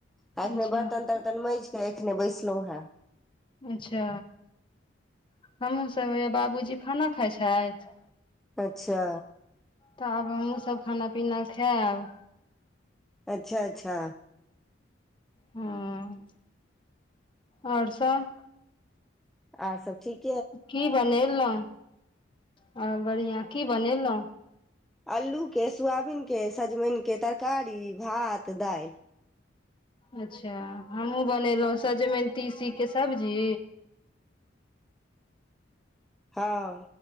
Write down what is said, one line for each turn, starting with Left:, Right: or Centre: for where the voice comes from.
Centre: आ एखने
Left: अच्छा
Centre: बर्तन तर्तन माजि कऽ एखने बैसलहुँ हेँ
Left: अच्छा हमहुँ सब हैया बाबूजी खाना खाइ छैथ
Centre: अच्छा
Left: तऽ आब हमहुँ सब खाना पीना खायब
Centre: अच्छा अच्छा
Left: हँ आओर सब
Centre: आओर सब ठीक
Left: की बनेलहुँ ह बढ़िआ की बनेलहुँ
Centre: अलू के सोयाबीन के सजमनि के तरकारी भात दालि
Left: अच्छा हमहुूँ बनेलहुँ सजमनि तीसीके सब्जी
Centre: हँ